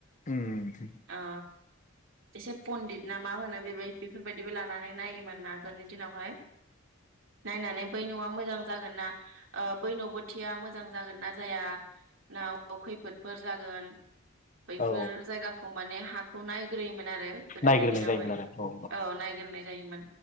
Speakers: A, on the left (about 35°); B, on the right (about 65°).
A: उम ।
B: ओ एसे पणडित ना मा होनो बेबायदि बेफोरबायदिबो लानानै नायोमोन आगोलनि दिनावहाय नायनानै बै न'आ मोजां जागोन ना बै न' बोथिया मोजां जागोन ना जाया ना खैफोदफोर जागोन बैफोर
A: औ
B: जायगाखौ माने हाखौ नायग्रोयोमोन आरो गोदोनि
A: नायग्रोनाय
B: दिनावहाय
A: जायोमोन आरो
B: औ नायग्रोनाय जायोमोन